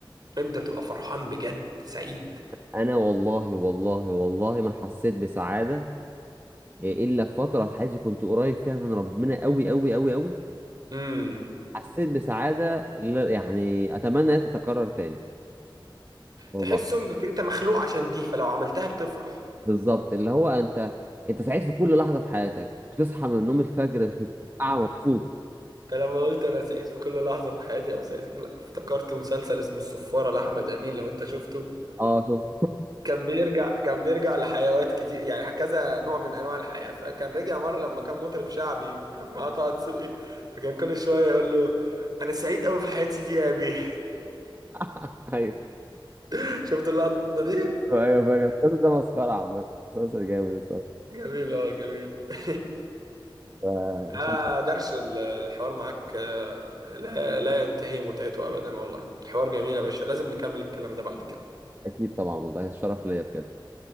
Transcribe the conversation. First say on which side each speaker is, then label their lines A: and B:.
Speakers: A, on the right; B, on the right.
A: إمتى بتبقى فرحان بجد سعيد
B: انا والله والله والله ما حسيت بسعادة الا في فترة في حياتي كنت قريب فيها من ربنا اوي اوي اوي اوي
A: امم
B: حسيت بسعادة لا- يعني اتمنى انها تتكرر تاني والله
A: تحس انك انت مخلوق عشان دي فلو عملتها بتفرح
B: بالظبط اللي هو انت انت سعيد في كل لحظه في حياتك بتصحى من النوم الفجر بتبقى مبسوط
A: انت لما قلت انا سعيد في كل لحظه في حياتي او سعيد في كل افتكرت مسلسل اسمه الصفاره لاحمد امين لو انت شفته
B: اه شفت
A: كان بيرجع كان بيرجع لحيوات كتير يعني كذا نوع من انواع الحياه فكان رجع مره لما كان مطرب شعبي وكان معاه طه دسوقي فكان كل شويه يقول له انا سعيد قوي في حياتي دي يا ابي
B: <laughs> ايوه
A: <laughs> شفت اللقطه دي
B: ايوه فاكر المسلسل ده مسخره عامه مسلسل جامد الصراحه
A: جميل اه جميل <laughs>
B: ف-
A: آه درش ال- الحوار معاك آه، لا لا ينتهي متعته ابدا والله حوار جميل يا باشا لازم نكمل الكلام ده بعد كده
B: اكيد طبعا والله الشرف ليا بجد